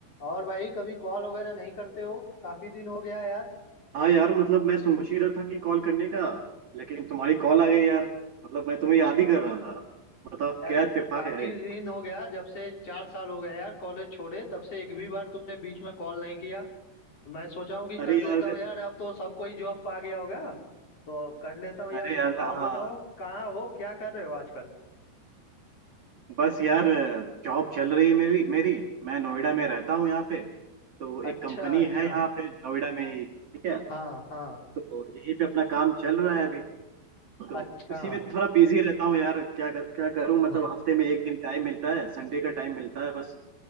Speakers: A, on the left; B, on the right.
A: और भाई कभी कॉल वगैरह नहीं करते हो काफी दिन हो गया यार
B: हाँ यार मतलब मैं सोच ही रहा था कि कॉल करने का लेकिन तुम्हारी कॉल आ गई यार मतलब मैं तुम्हें याद ही कर रहा था बताओ
A: यार
B: क्या इत्तेफाक
A: काफी
B: है
A: दिन हो गया जब से चार साल हो गए यार कॉलेज छोड़े तब से एक भी बार तुमने बीच में कॉल नहीं किया मैं सोचा हूँ कि
B: अरे
A: कर
B: यार
A: लेता हूँ यार अब तो सबको ही जॉब पा गया होगा तो अब कर लेता हूँ
B: अरे
A: यार
B: यार हाँ
A: और बताओ कहाँ हो क्या कर रहे हो आजकल
B: बस यार जॉब चल रही मेरी मेरी मैं नोएडा में रहता हूँ यहाँ पे तो
A: अच्छा
B: एक कंपनी
A: अच्छा
B: है यहाँ पे नोएडा में ही ठीक है
A: हाँ हाँ
B: तो यहीं पे अपना काम चल रहा है अभी तो
A: अच्छा
B: उसी में थोड़ा बिजी रहता हूँ यार क्या कर, क्या करूँ मतलब
A: हाँ
B: हफ्ते में एक दिन टाइम मिलता है संडे का टाइम मिलता है बस